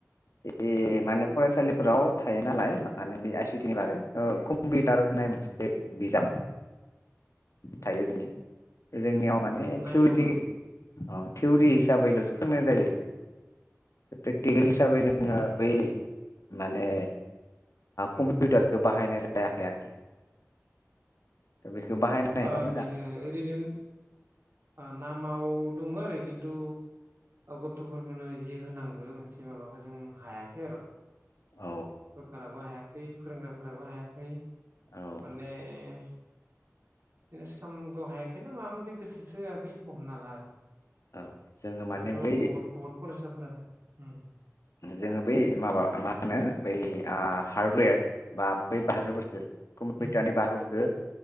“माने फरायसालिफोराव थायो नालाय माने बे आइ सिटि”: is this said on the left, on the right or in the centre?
Left